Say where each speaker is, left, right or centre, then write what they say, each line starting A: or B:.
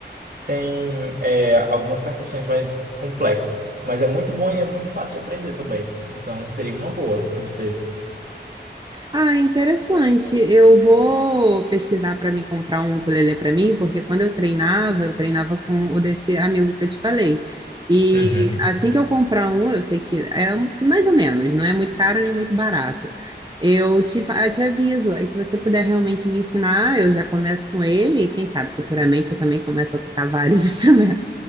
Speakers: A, on the right (about 55°); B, on the right (about 25°).
A: sem é, algumas percussões mais complexas. Mas é muito bom e é muito fácil de aprender também. Então seria uma boa para você.
B: Ah, interessante. Eu vou pesquisar para me comprar um ukulele para mim, porque quando eu treinava, eu treinava com o desse amigo que eu te falei. E
A: Uhum.
B: assim que eu comprar um, eu sei que é um- mais ou menos, não é muito caro nem muito barato. Eu te, fa- eu te aviso. Aí, se você puder realmente me ensinar, eu já começo com ele. E quem sabe futuramente eu também começo a tocar vários <laughs> instrumentos.